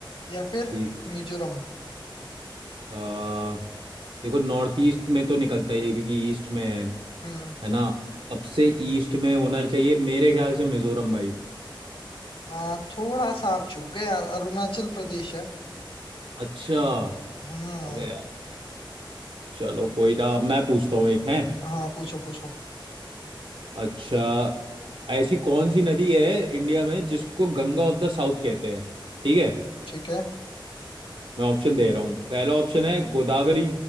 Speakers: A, on the left (about 85°); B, on the right (about 75°).
A: या फिर
B: ठीक
A: मिजोरम
B: आ, देखो नॉर्थ ईस्ट में तो निकलता ही है क्योंकि ईस्ट में है
A: हम्म
B: है ना सबसे ईस्ट में होना चाहिए मेरे ख्याल से मिजोरम भाई
A: आ, थोड़ा सा आप चूक गए यार अरुणाचल प्रदेश है
B: अच्छा
A: हम्म
B: अबे यार, चलो कोई ना अब मैं पूछता हूँ एक है
A: हाँ पूछो पूछो
B: अच्छा ऐसी कौन सी नदी है इंडिया में जिसको गंगा ऑफ द साउथ कहते हैं ठीक है
A: ठीक है
B: मैं ऑप्शन दे रहा हूँ पहला ऑप्शन है गोदावरी